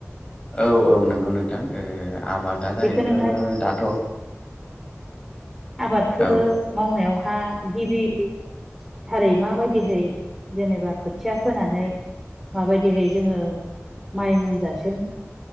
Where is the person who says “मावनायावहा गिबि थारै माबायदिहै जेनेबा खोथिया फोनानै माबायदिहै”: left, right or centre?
Centre